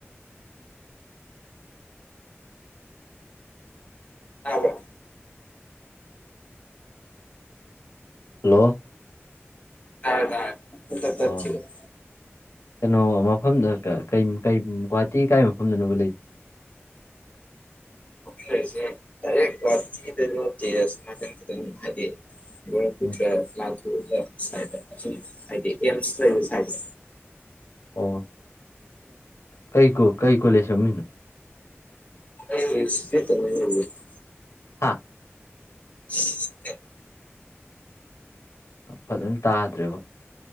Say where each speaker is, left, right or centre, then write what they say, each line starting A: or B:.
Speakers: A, on the left (about 30°); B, on the left (about 80°).
A: ꯇꯥꯕ꯭ꯔꫭ
B: ꯍꯜꯂꯣ
A: ꯇꯥꯔꯦ ꯇꯥꯔꯦ ꯄꯨꯡꯇꯥꯠ
B: ꯑꯣ
A: ꯇꯠꯈꯤꯕ
B: ꯀꯩꯅꯣ ꯃꯐꯝꯗ ꯀꯩ ꯒꯨꯍꯥꯇꯤ ꯀꯥꯏ ꯃꯐꯝꯗꯅꯣꯕꯨ ꯂꯩ
A: ꯑꯈꫭꯏ ꯂꯩꯔꯤꯁꯦꯗꯥꯏꯔꯦꯛ ꯒꯨꯍꯥꯇꯤꯗꯖꯨ ꯅꯠꯇꯦ ꯑꯁꫭꯝ ꯅꯥꯀꯟ ꯈꯤꯇꯪ ꯍꯥꯏꯗꯤ ꯕꯔ꯭ꯃꯄꯨꯨꯇ꯭ꯔ
B: ꯎꯝ
A: ꯂꯥꯟꯊꯣꯛꯑꯒ ꯁꯥꯏꯠꯇ ꯑꯁꯣꯝ ꯍꯥꯏꯗꯤ ꯑꯦꯝꯁ ꯂꯩꯕ ꯁꯥꯏꯠꯇ
B: ꯑꯣ ꯀꯩ ꯀꯩ ꯀꯣꯂꯦꯁ ꯃꯃꯤꯡꯅꯣ
A: <unintelligible>
B: ꯍꯥꯥ
A: <unintelligible>
B: ꯐꯖꯅ ꯇꯥꯗ꯭ꯔꯦꯕꯣ